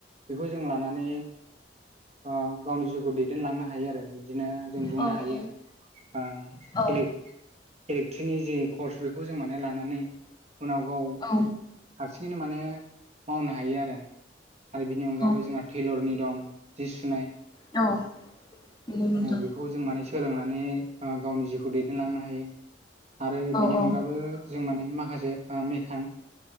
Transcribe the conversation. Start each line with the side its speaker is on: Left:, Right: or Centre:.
Right: बेखौ जों लानानै ओ गावनि जिउखौ दैदेनलांनो हायो आरो बिदिनो जों बुंनो
Left: औ
Right: हायो
Left: औ
Right: ओ <unintelligible>
Left: औ
Right: एक्टिनि जे कर्स बेखौ जों माने लानानै उनाव गाव
Left: औ
Right: हारसिङैनो माने मावनो हायो आरो। आरो बिनि अनगाबबो
Left: औ
Right: जोंना टेलरनि दं जि सुनाय बेखौ
Left: नंगौ नोंथां
Right: बेखौ जों माने सोलोंनानै गावनि जिउखौ दैदेनलांनो हायो आरो बिनि
Left: औ
Right: अनगाबो जों माने माखासे मेकान